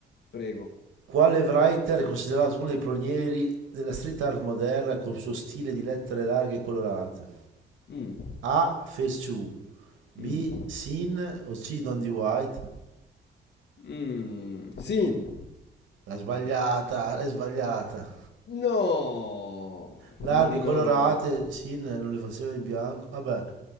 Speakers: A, on the left; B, on the right.
A: prego.
B: Quale writer è considerato uno dei pionieri della street art moderna col suo stile di lettere larghe e colorate?
A: Mm.
B: A. Ferchu. B.
A: Mm.
B: Sin o C. Don D. White?
A: Mm. Sin.
B: L'ha sbagliata, l'hai sbagliata.
A: No,
B: larghe,
A: no.
B: colorate, Sin non le faceva in bianco, vabbè,